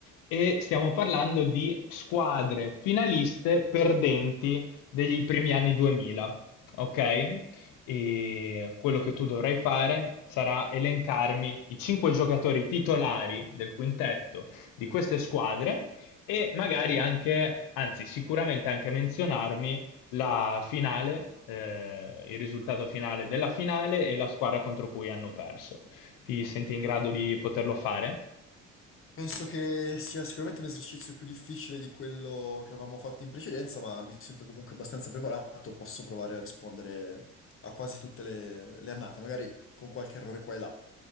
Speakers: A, on the left; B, on the left.
A: e stiamo parlando di squadre finaliste perdenti degli primi anni 2000, ok? e quello che tu dovrai fare sarà elencarmi i cinque giocatori titolari del quintetto di queste squadre e magari anche, anzi sicuramente anche menzionarmi la finale, eh, il risultato finale della finale e la squadra contro cui hanno perso. Ti senti in grado di poterlo fare?
B: Penso che sia sicuramente un esercizio più difficile di quello che avevamo fatto in precedenza, ma mi sento comunque abbastanza preparato, posso provare a rispondere a quasi tutte le, le annate, magari con qualche errore qua e là.